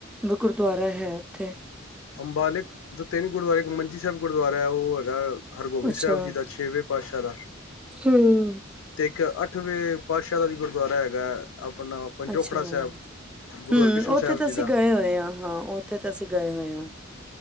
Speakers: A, in the centre; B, on the left.
A: ਗੁਰਦੁਆਰਾ ਹੈ। ਉਥੇ
B: ਅੰਬਾਲਿਕ ਜੋ ਤਿੰਨ ਗੁਰਦੁਆਰੇ ਇੱਕ ਮੰਜੀ ਸਾਹਿਬ ਗੁਰਦੁਆਰਾ ਹੈ ਉਹ ਹੈਗਾ। ਹਰਗੋਬਿੰਦ
A: ਅੱਛਾ
B: ਸਾਹਿਬ ਜੀ ਦਾ ਛੇਵੇਂ ਪਾਤਸ਼ਾਹ ਦਾ
A: ਹੂੰ
B: ਤੇ ਇੱਕ ਅੱਠ ਅੱਠਵੇਂ ਪਾਤਸ਼ਾਹ ਦਾ ਵੀ ਗੁਰਦੁਆਰਾ ਹੈਗਾ ਆਪਣਾ ਪੰਜੋਖੜਾ
A: ਅੱਛਾ ਹੂੰ
B: ਸਾਹਿਬ ਗੁਰੂ ਹਰਕ੍ਰਿਸ਼ਨ
A: ਉੱਥੇ
B: ਸਾਹਿਬ
A: ਤਾਂ
B: ਜੀ
A: ਅਸੀਂ
B: ਦਾ
A: ਗਏ ਹੋਏ ਹਾਂ ਹਾਂ ਉੱਥੇ ਤਾਂ ਅਸੀਂ ਗਏ ਹੋਏ ਹਾਂ।